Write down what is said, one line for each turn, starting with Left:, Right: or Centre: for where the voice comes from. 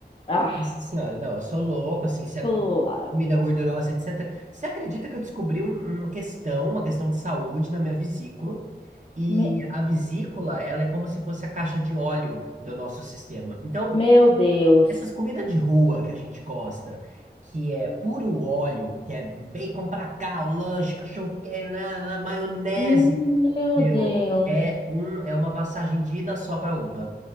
Left: Ah,
Right: Nossa senhora, não, eu sou louco, assim, se a
Left: claro.
Right: comida gordurosa, etc. Você acredita que eu descobri um- uma questão, uma questão de saúde na minha vesícula? E
Left: Me-
Right: a vesícula, ela é como se fosse a caixa de óleo do nosso sistema. Então,
Left: meu Deus.
Right: essas comidas de rua que a gente gosta, que é puro óleo, que é bacon pra cá, o lanche, cachorro quente, na- na maionese,
Left: Hum, Meu
Right: meu,
Left: Deus.
Right: é um é uma passagem de ida só pra UPA.